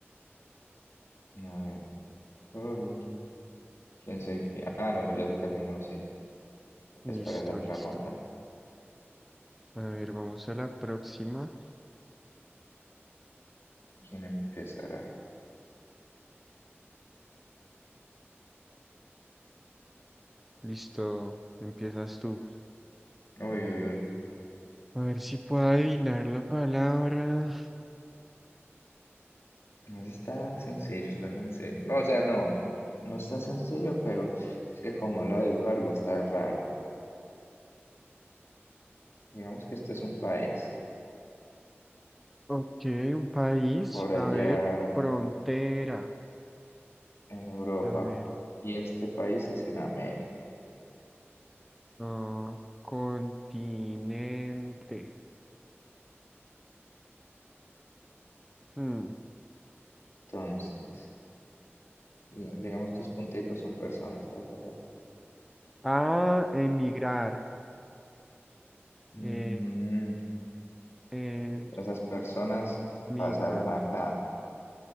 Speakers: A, on the left (about 70°); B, in the centre.
A: A ver. Uy, quién sé que... Ah, no, ya se terminó, sí.
B: Listo,
A: Es para la otra
B: listo.
A: ronda.
B: A ver, vamos a la próxima.
A: ¿Quién empezará?
B: Listo, empiezas tú.
A: Uy, uy, uy.
B: A ver si puedo adivinar la palabra.
A: No Está sencillo, está sencillo. No, o sea, no. No está sencillo, pero es que como lo va a dibujar va a estar raro. Digamos que este es un país
B: Ok, un país.
A: por allá
B: A ver, frontera.
A: en Europa
B: A ver,
A: y este país es en América.
B: ah, continente. Mm,
A: Entonces, la- digamos tus punticos son personas. ta, ta, ta, ta.
B: Ah, emigrar.
A: Mm,
B: Eh, eh,
A: esas personas
B: migración.
A: pasaron acá,